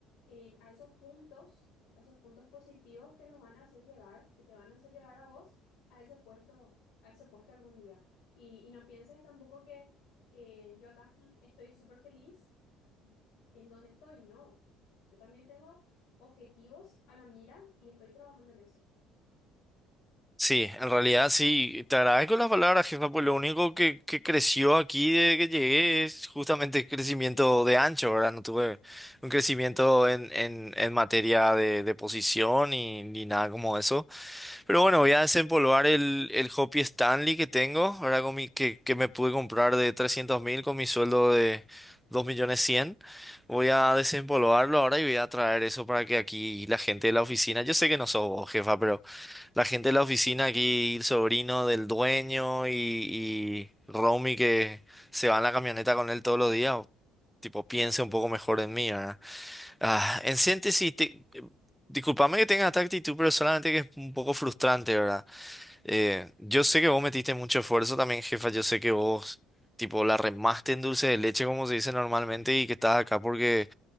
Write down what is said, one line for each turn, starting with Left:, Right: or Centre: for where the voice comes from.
Left: en, a esos puntos, a esos puntos positivos que nos van a hacer llegar, que te van a hacer llegar a vos a ese puesto, a ese puesto algún día. Y, y no pienses tampoco que eh, yo acá mm, estoy súper feliz en donde estoy. No, yo también tengo objetivos a la mira y estoy trabajando en eso.
Centre: Sí, en realidad sí, te agradezco las palabras, jefa, pues lo único que, que creció aquí desde que llegué es justamente el crecimiento de ancho, ¿verdad? No tuve un crecimiento en, en, en materia de, de posición y, ni nada como eso. Pero bueno, voy a desempolvar el, el Hopi Stanley que tengo, ahora con mi, que, que me pude comprar de trescientos mil con mi sueldo de dos millones cien. Voy a desempolvarlo ahora y voy a traer eso para que aquí la gente de la oficina, yo sé que no sos vos, jefa, pero... La gente de la oficina aquí, el sobrino del dueño y, y Romy que se va en la camioneta con él todos los días, o- tipo, piense un poco mejor en mí, ¿verdad? Ah, en síntesis, te- eh, discúlpame que tenga esta actitud, pero solamente que es un poco frustrante, ¿verdad? Eh, yo sé que vos metiste mucho esfuerzo también, jefa, yo sé que vos, tipo, la remaste en dulce de leche, como se dice normalmente, y que estás acá porque